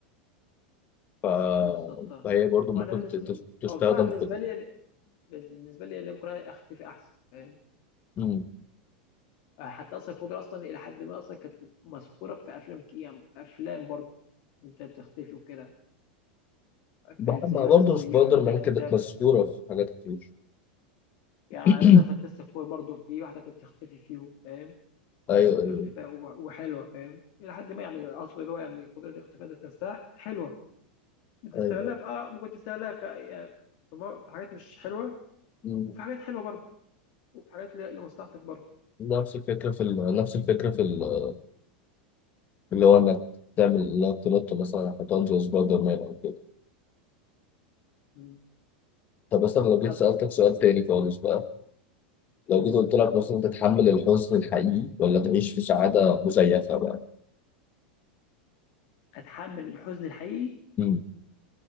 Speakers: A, on the left; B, on the left.
A: ف...
B: بالظبط آه.
A: فهي برضه ممكن
B: وانا بالنسبه
A: تت- تستخدم
B: او بصراحه بالنسبه
A: في
B: لي بالنسبه لي ان ممكن اختفي احسن فاهم
A: مم.
B: آه، حتى اصلا القدره اصلا الى حد ما اصلا كانت مذكوره في افلام كيام في افلام برضه إن انت بتختفي وكده
A: بحب
B: ف- زي
A: برضه
B: مثلا زي
A: سبايدر
B: زي,
A: مان كانت
B: زي
A: مذكورة في حاجات كتير
B: يعني
A: <clears throat>
B: مثلا فانتاستيك فور برضه في واحده كانت بتختفي فيهم فاهم
A: ايوه
B: قدرة
A: ايوه
B: الاختفاء و- وحلوة فاهم إلى حد ما يعني أقصد اللي هو يعني قدرة الاختفاء ذات نفسها حلوة بتستغلها
A: ايوه
B: في آه ممكن تستغلها ك... يعني في مو- في حاجات مش حلوة
A: مم.
B: وفي حاجات حلوة برضه وفي حاجات ل... لمصلحتك برضه
A: نفس الفكرة في ال... نفس الفكرة في ال... في اللي هو انك تعمل انك تنط مثلا حيطان زي سبايدر مان او كده
B: مم.
A: طب مثلا لو جيت
B: طب
A: سألتك سؤال تاني خالص بقى لو
B: مم.
A: جيت قلت لك مثلا تتحمل الحزن الحقيقي ولا تعيش في سعادة مزيفة بقى
B: أتحمل الحزن الحقيقي
A: مم.